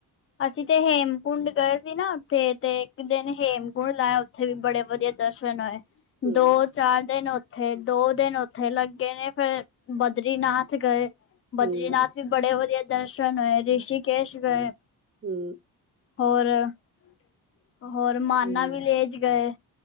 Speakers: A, on the left (about 35°); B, on the right (about 25°).
A: ਅਸੀਂ ਤੇ ਹੇਮਕੁੰਡ ਗਏ ਸੀ ਨਾ ਉੱਥੇ ਤੇ ਇੱਕ ਦਿਨ ਹੇਮਕੁੰਡ ਲਾਇਆ ਉੱਥੇ ਵੀ ਬੜੇ ਵਧੀਆ ਦਰਸ਼ਨ ਹੋਏ
B: ਹੂੰ
A: ਦੋ ਚਾਰ ਦਿਨ ਓ ਥੇ ਦੋ ਦਿਨ ਉੱਥੇ ਲੱਗੇ ਨੇ ਫੇਰ ਬਦਰੀਨਾਥ ਗਏ। ਬਦਰੀਨਾਥ
B: ਹੂੰ
A: ਵੀ ਬੜੇ ਵਧੀਆ ਦਰਸ਼ਨ ਹੋਏ। ਰਿਸ਼ਕੇਸ਼ ਗਏ।
B: ਹੂੰ।
A: ਹੋਰ-ਹੋਰ ਮਾਨਾ
B: ਹੂੰ
A: ਵੀਲੇਜ ਗਏ।